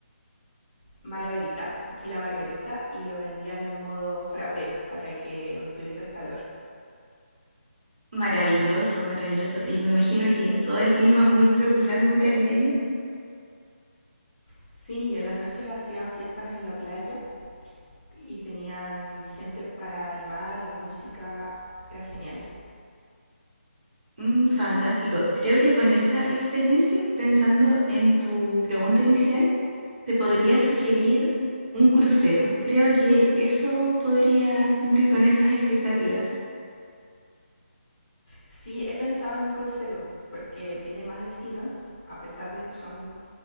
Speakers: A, on the left; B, on the right.
A: margarita, tequila margarita, y lo vendían en modo frappé para que no tuvieses calor.
B: Maravilloso, maravilloso. Y me imagino que todo el clima muy tropical, muy caribeño.
A: Sí, y en las noches hacían fiestas en la playa y tenían gente para animar y música. Era genial.
B: Mm, fantástico. Creo que con esa experiencia, pensando en tu pregunta inicial, te podría sugerir un crucero. Creo que eso podría cumplir con esas expectativas.
A: Sí, he pensado en un crucero, porque tiene más destinos, a pesar de que son